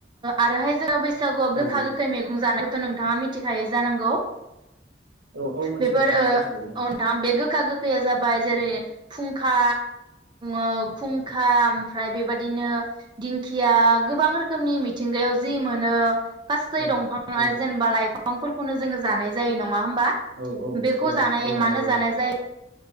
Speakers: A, on the right; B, on the right.
A: आरोहाय जोङो बै सागुआव
B: औ
A: गोखा गोखै मैगं जानाय खौ नोंथाङा मिथिखायो जानांगौ?
B: औ औ मिथिगौ
A: बेफोर
B: नोंथां
A: ओ
B: मिथिगौ
A: औ नोंथां बे गोखा गोखैया जाबाय जेरै फुंखा ओ खुंखा ओमफ्राय बेबादिनो दिंखिया गोबां रोखोमनि मिथिंगायाव जि मोनो गासै
B: औ औ
A: दंफां
B: औ
A: आरो जेनेबा लाइफां फांफोरखौनो जोङो जानाय जायो नङा होमबा?
B: औ औ
A: बेखौ
B: औ
A: जानाय
B: औ नंगौ
A: मानो
B: औ
A: जानाय जायो